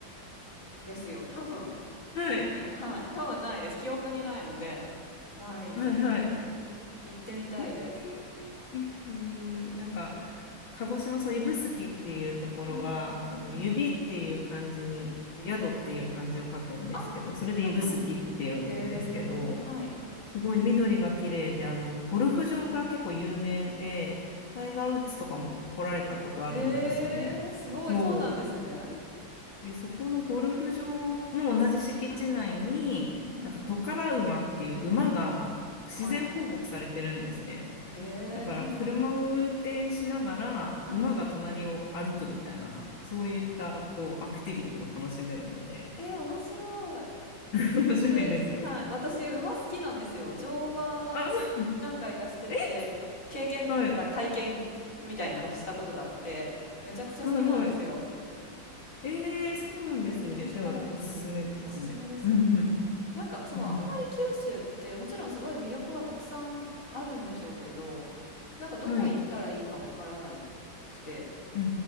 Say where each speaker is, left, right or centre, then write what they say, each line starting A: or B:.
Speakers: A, on the left; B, on the left.
A: ですよ。多分。
B: はい、
A: ない。はい。多分ないです。記憶にないので、ないですね。
B: はい、はい。
A: 行ってみたいです。
B: えー、ぜひ、なんか、鹿児島、そう、指宿っていうところは、
A: はい。うんうん。
B: あの、指っていう漢字に、
A: 指。
B: 宿っていう漢字を書くんですけど、
A: はい。ああ、
B: それで指宿って読むんですけど、
A: はいはい。へえ。はい。
B: すごい緑が綺麗で、あの、ゴルフ場が結構有名で、
A: はい。
B: タイガー・ウッズとかも来られたことあるんですよね。
A: へーへえ、すごい、
B: そう。
A: そうなんですね。
B: で、そこのゴルフ場の同じ敷地内に、
A: はい。うんうん。
B: なんかトカラ馬っていう馬が自然放牧されてるんですね。
A: はい。へえ、
B: だから車を運転しながら馬が隣を歩くみたいな、
A: はいはい。はい。
B: そういったこうアクティビティも楽しめるので、
A: えー、面白い。
B: <laughs> 面白いですよ。
A: えはい。私、馬好きなんですよ。乗馬何回かしてて、
B: あ、そう、え
A: 経験、
B: はい、
A: なんか体験みたいなのしたことがあって、めちゃくちゃ好きなんですよ。
B: はい、はい。えーそうなんですね。
A: え行きたいです。
B: じゃあ、おすすめですね。
A: おすすめですね。
B: うんうん、
A: なんか、そう、
B: うん。
A: あんまり九州って、もちろんすごい魅力はたくさんあるんでしょうけど、なんかどこ行ったらいいかわからないくて、
B: はい。うん